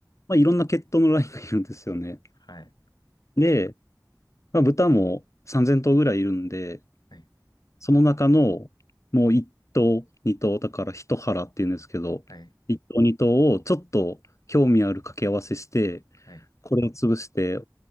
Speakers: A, on the left (about 45°); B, on the left (about 70°).
A: まあ、いろんな血統のラインがいるんですよね。
B: はい。
A: で、まあ、豚も3000頭ぐらいいるんで、
B: はい。
A: その中のもう一頭、二頭、だから一腹っていうんですけど、
B: はい。
A: 一頭、二頭をちょっと興味ある掛け合わせして、
B: はい。
A: これを潰して